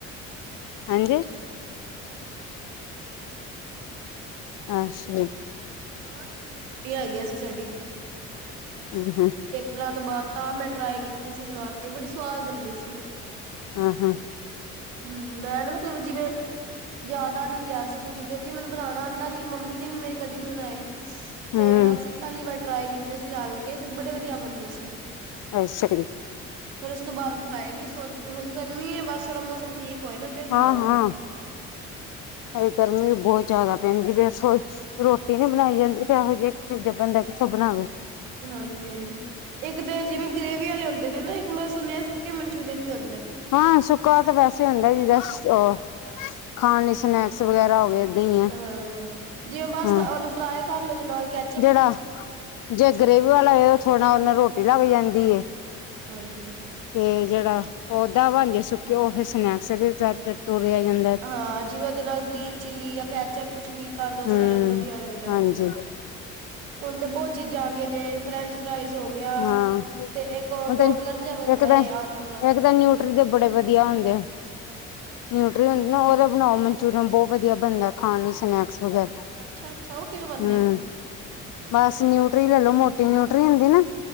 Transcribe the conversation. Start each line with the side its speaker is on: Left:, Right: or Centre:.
Right: ਤੇ
Left: ਹਾਂਜੀ
Right: ਮੈਂ ਵੀ ਇੱਕ ਵਾਰੀ ਬਣਾਏ ਸੀ। ਛੁੱਟੀ
Left: ਅੱਛਾ
Right: ਮਾਰਚ ਦੀ ਛੁੱਟੀਆਂ ਹੈਗੀਆਂ ਸੀ ਸਾਡੀ।
Left: ਹੂੰ, ਹੂੰ।
Right: ਬਣਾ ਤੋਂ ਬਾਅਦ ਤਾਂ ਮੈਂ ਟਰਾਈ ਕੀਤੀ ਸੀ ਬਣਾ ਕੇ ਬੜੀ ਸਵਾਦ ਬਣਨੀ ਸੀ।
Left: ਹਾਂ-ਹਾਂ,
Right: ਹੂੰ, ਮੈਂ, ਨਾ ਮਤਲਬ ਜਿਵੇਂ ਜ਼ਿਆਦਾ ਨੀ ਲਿਆ ਸੀ, ਕੁਛ ਵੀ ਕਿਉਂਕਿ ਮੈਨੂੰ ਬਣਾਣਾ ਆਦਾ ਨੀ ਮੰਮੀ ਨੇ ਵੀ ਮੇਰੇ ਕਦੀ ਨੀ ਬਣਾਏ।
Left: ਹੂੰ
Right: ਤੇ ਅਸੀਂ ਪਹਿਲੀ ਵਾਰ ਟਰਾਈ ਕੀਤੇ ਸੀ ਰਲ ਕੇ, ਤੇ ਬੜੇ ਵਧੀਆ ਬਨੰਦੇ ਸੀ।
Left: ਅੱਛਕਰੀ <unintelligible>
Right: ਫਿਰ ਉਸ ਤੋਂ ਬਾਅਦ ਬਣਾਏ ਨਹੀਂ ਸੋਚ ਹੁਣ ਗਰਮੀਂ ਹੈ ਬਸ ਥੋੜਾ ਮੌਸਮ ਠੀਕ ਹੋਏ ਨਾ ਫੇਰ
Left: ਹਾਂ-ਹਾਂ,
Right: ਬਣਾਵਾਂਗੇ।
Left: ਅੱਜ ਗਰਮੀਂ ਵੀ ਬਹੁਤ ਜ਼ਿਆਦਾ ਪੈਂਦੀ ਫਿਰ ਸੋਚਾਂ। ਰੋਟੀ ਨੀ ਬਣਾਈ ਜਾਂਦੀ, ਤੇ ਐਹੋ ਜਿਹੀ ਚੀਜ਼ ਬੰਦਾ ਕਿੱਥੋਂ ਬਣਾਵੇ?
Right: ਹਾਂਜੀ-ਹਾਂਜੀ ਇੱਕ ਤਾਂ ਜਿਵੇਂ ਗ੍ਰੇਵੀ ਵਾਲੇ ਹੁੰਦੇ ਨੇ ਨਾ, ਇੱਕ ਮੈਂ ਸੁਣਿਆ ਸੁੱਕੇ ਮਨਚੂਰੀਅਨ ਵੀ ਹੁੰ।
Left: ਹਾਂ ਸੁੱਕਾ ਤਾਂ ਵੈਸੇ ਹੁੰਦਾ, ਜਿਦਾਂ ਉਹ ਖਾਣ ਲਈ ਸਨੈਕਸ ਵਗੈਰਾ ਹੋ ਗਏ। ਹੀ ਆ
Right: ਹਾਂ ਜਿਵੇਂ ਬਸ
Left: ਹਾਂ
Right: ਉਹਨੂੰ ਫਰਾਈ ਕਰ ਲਓ ਤੇ ਨਾਲ ਕ।
Left: ਜਿਹੜਾ ਜੇ ਗਰੇਵੀ ਵਾਲਾ ਥੋੜ੍ਹਾ ਉਹੰਦੇ ਨਾਲ ਰੋਟੀ ਲੱਗ ਜਾਂਦੀ ਐ।
Right: ਹਾਂਜੀ,
Left: ਤੇ ਜਿਹੜਾ ਉਦਾ ਬਣਕੇ ਸੁੱਕੇ ਉਹ ਫਿਰ ਸਨੈਕਸ ਦੇ ਤੋਰਿਆ ਜਾਂਦਾ।
Right: ਹਾਂ ਜਿਵੇਂ ਉਹਦੇ ਨਾਲ ਗ੍ਰੀਨ ਚਿੱਲੀ ਜਾਂ ਕੈਚਅੱਪ ਕੁੱਛ ਵੀ ਕਰ ਦੋ
Left: ਹੂੰ
Right: ਸਰਵ ਵਧੀਆ ਲੱਗਦਾ,
Left: ਹਾਂਜੀ
Right: ਹੁਣ ਤੇ ਬਹੁਤ ਚੀਜ਼ਾਂ ਆ ਗਈਆਂ ਨੇ। ਫਰੈਂਚ ਫਰਾਈਜ਼ ਹੋ ਗਿਆ,
Left: ਹਾਂ
Right: ਤੇ ਇੱਕ
Left: ਹੁਣ
Right: ਟੋਡਲਰ
Left: ਤੇ
Right: ਜਿਹਾ ਬਣਦਾ
Left: ਇੱਕ ਤਾਂ
Right: ਏ ਆਲੂ ਦਾ।
Left: ਇੱਕ ਤਾਂ ਨਿਊਟਰੀ ਦੇ ਬੜੇ ਵਧੀਆ ਹੁੰਦੇ ਆ, ਨਿਊਟਰੀ ਹੁੰਦੀ ਨਾ ਉਹਦੇ ਬਣਾਓ ਮਨਚੂਰੀਅਨ ਬਹੁਤ ਵਧੀਆ ਬਣਦਾ ਖਾਣ ਲਈ, ਸਨੈਕਸ ਵਗੈਰਾ।
Right: ਅੱਛਾ-ਅੱਛਾ, ਉਹ ਕਿਵੇਂ ਬੰਨਦੇ
Left: ਹਮ
Right: ਨੇ?
Left: ਬਸ ਨਿਊਟਰੀ ਲੈ ਲੋ ਮੋਟੀ ਨਿਊਟਰੀ ਹੁੰਦੀ ਨਾ।